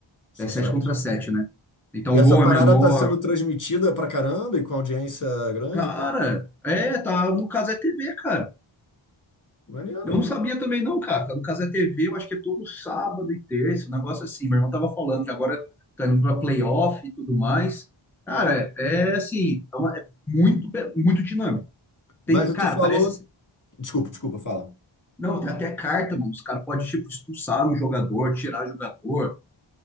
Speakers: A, on the left; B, in the centre.
A: Society.
B: É 7 contra sete né? Então
A: E essa
B: o gol
A: parada
B: é menor.
A: tá sendo transmitida pra caramba e com audiência grande,
B: Cara,
A: então,
B: é, tá no Casé TV, cara.
A: maneiro.
B: Eu não sabia também, não, cara. Tá no Casé TV, eu acho que é todo sábado e terça, um negócio assim. Meu irmão tava falando que agora tá indo pra playoff e tudo mais. Cara, é assim, é, uma- é muito, muito dinâmico.
A: Mas
B: Tem, cara,
A: tu falou.
B: parece. assim.
A: Desculpa, desculpa, fala.
B: Não, tem até carta, mano. Os caras podem, tipo, expulsar um jogador, tirar jogador.